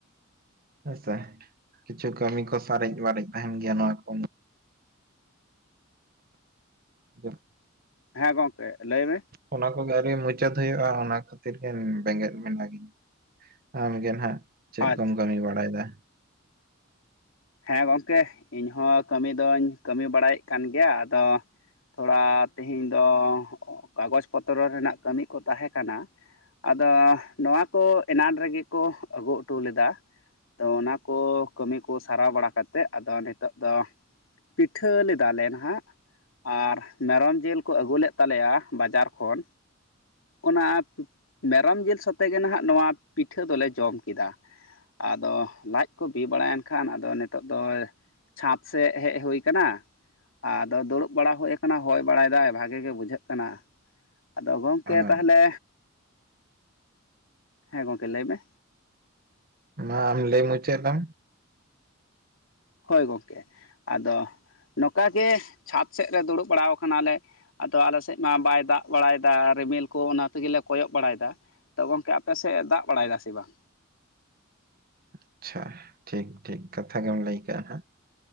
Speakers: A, on the right; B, on the left.
A: ᱦᱳᱭᱥᱮ, ᱠᱤᱪᱷᱩ ᱠᱟᱹᱢᱤ ᱠᱚ ᱥᱟᱨᱮᱡ ᱵᱟᱨᱮᱡ ᱛᱟᱦᱮᱸᱱ ᱜᱮᱭᱟ ᱱᱚᱣᱟ ᱠᱚᱢ ᱡᱟᱹᱯ
B: ᱦᱮᱸ ᱜᱚᱝᱠᱮ ᱞᱟᱹᱭ ᱢᱮ᱾
A: ᱚᱱᱟ ᱠᱚᱜᱮ ᱟᱹᱣᱨᱤ ᱢᱩᱪᱟᱹᱫ ᱦᱩᱭᱩᱜᱼᱟ ᱚᱱᱟ ᱠᱷᱟᱹᱛᱤᱨ ᱜᱮ ᱵᱮᱸᱜᱮᱫ ᱢᱮᱱᱟ ᱜᱤᱧ᱾ ᱟᱢᱜᱮᱱ ᱦᱟᱸᱜ ᱪᱮᱫ
B: ᱟᱪᱪᱷᱟ
A: ᱠᱚᱢ ᱠᱟᱹᱢᱤ ᱵᱟᱲᱟᱣ ᱫᱟ?
B: ᱦᱮᱸ ᱜᱚᱝᱠᱮ, ᱤᱧ ᱦᱚᱸ ᱠᱟᱹᱢᱤ ᱫᱚᱧ ᱠᱟᱹᱢᱤ ᱵᱟᱲᱟᱭᱮᱫ ᱠᱟᱱ ᱜᱮᱭᱟ ᱟᱫᱚ ᱛᱷᱚᱲᱟ ᱛᱤᱦᱤᱧ ᱫᱚ ᱠᱟᱜᱚᱡ ᱯᱚᱛᱨᱚ ᱨᱮᱱᱟᱜ ᱠᱟᱹᱢᱤ ᱠᱚ ᱛᱟᱦᱮᱸ ᱠᱟᱱᱟ᱾ ᱟᱫᱚ ᱱᱚᱣᱟ ᱠᱚ ᱮᱱᱟᱱ ᱨᱮᱜᱮ ᱠᱚ ᱟᱹᱜᱩᱜ ᱴᱩ ᱞᱮᱫᱟ᱾ ᱛᱚ ᱚᱱᱟ ᱠᱚ ᱠᱟᱹᱢᱤ ᱠᱚ ᱥᱟᱨᱟᱣ ᱵᱟᱲᱟ ᱠᱟᱛᱮᱫ ᱟᱫᱚ ᱱᱤᱛᱚᱜ ᱫᱚ ᱯᱤᱴᱷᱟᱹ ᱞᱮᱫᱟ ᱞᱮᱱ ᱦᱟᱸᱜ᱾ ᱟᱨ ᱢᱮᱨᱚᱢ ᱡᱤᱞ ᱠᱚ ᱟᱹᱜᱩ ᱞᱮᱫ ᱛᱟᱞᱮᱭᱟ ᱵᱟᱡᱟᱨ ᱠᱷᱚᱱ᱾ ᱚᱱᱟ, ᱢᱮᱨᱚᱢ ᱡᱤᱞ ᱥᱚᱛᱮ ᱜᱮ ᱱᱟᱦᱟᱜ ᱱᱚᱣᱟ ᱯᱤᱴᱷᱟᱹ ᱫᱚᱞᱮ ᱡᱚᱢ ᱠᱮᱫᱟ᱾ ᱟᱫᱚ ᱞᱟᱡ ᱠᱚ ᱵᱤ ᱵᱟᱲᱟᱭᱮᱱ ᱠᱷᱟᱱ ᱟᱫᱚ ᱱᱤᱛᱚᱜ ᱫᱚ ᱪᱷᱟᱸᱫ ᱥᱮᱫ ᱦᱮᱡ ᱦᱩᱭ ᱠᱟᱱᱟ᱾ ᱟᱫᱚ ᱫᱩᱲᱩᱵ ᱵᱟᱲᱟ ᱦᱩᱭ ᱠᱟᱱᱟ ᱦᱚᱭ ᱵᱟᱲᱟᱭ ᱫᱟᱭ ᱵᱷᱟᱜᱮ ᱜᱮ ᱵᱩᱡᱷᱟᱹᱜ ᱠᱟᱱᱟ ᱟᱫᱚ ᱠᱮ
A: ᱟᱨ
B: ᱛᱟᱦᱚᱞᱮ, ᱦᱮᱸ ᱜᱚᱝᱠᱮ ᱞᱟᱹᱭ ᱢᱮ᱾
A: ᱢᱟ ᱟᱢ ᱞᱟᱹᱭ ᱢᱩᱪᱟᱹᱫ ᱞᱮᱢ᱾
B: ᱦᱳᱭ ᱜᱚᱝᱠᱮ, ᱟᱫᱚ ᱱᱚᱠᱟ ᱜᱮ ᱪᱷᱟᱫ ᱥᱮᱫ ᱨᱮ ᱫᱩᱲᱩᱵ ᱵᱟᱲᱟᱣ ᱠᱟᱱᱟᱞᱮ᱾ ᱟᱫᱚ ᱟᱞᱮ ᱥᱮᱫ ᱢᱟ ᱵᱟᱭ ᱫᱟᱜ ᱵᱟᱲᱟᱭᱫᱟ ᱨᱤᱢᱤᱞ ᱠᱚ ᱚᱱᱟ ᱛᱤᱜᱤᱞᱮ ᱠᱚᱭᱚᱜ ᱵᱟᱲᱟᱭᱫᱟ᱾ ᱛᱚ ᱜᱚᱝᱠᱮ ᱟᱯᱮ ᱥᱮᱫ ᱮ ᱫᱟᱜ ᱵᱟᱲᱟᱭ ᱫᱟ ᱥᱮ ᱵᱟᱝ?
A: ᱟᱪᱪᱷᱟ, ᱴᱷᱤᱠ ᱴᱷᱤᱠ ᱠᱟᱛᱷᱟ ᱜᱮᱢ ᱞᱟᱹᱭ ᱠᱟᱜ ᱟᱱ ᱦᱟᱸᱜ᱾